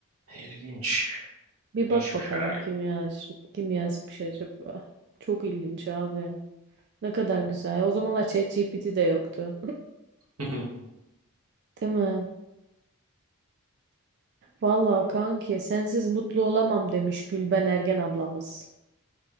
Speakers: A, on the right; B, on the right.
A: İlginç,
B: Bir
A: ilginç
B: bak
A: bir
B: bakalım
A: şarkı.
B: kim yaz kim yazmış acaba. Çok ilginç abi. Ne kadar güzel. O zamanlar ChatGPT de yoktu.
A: <laughs>
B: Değil mi? Vallahi kanki sensiz mutlu olamam demiş Gülben Ergen ablamız.